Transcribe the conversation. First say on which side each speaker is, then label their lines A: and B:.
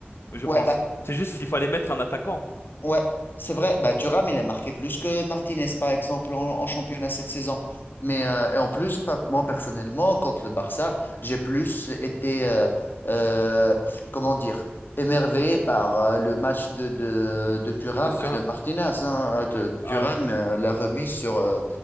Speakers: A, on the left (about 75°); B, on the left (about 55°).
A: je
B: Ouais,
A: pense. C'est juste qu'il fallait mettre un attaquant,
B: Ouais, c'est vrai. Bah, Thuram, il a marqué plus que Martinez, par exemple, en, en championnat cette saison. Mais euh, et en plus, pas- moi personnellement, contre le Barça, j'ai plus été, euh, euh, comment dire, émerveillé par euh, le match de, de, de Thuram
A: Marcus
B: que
A: Thuram.
B: de Martinez. hein. Euh, De- Thuram
A: Euh,
B: euh, l'a remis sur, euh,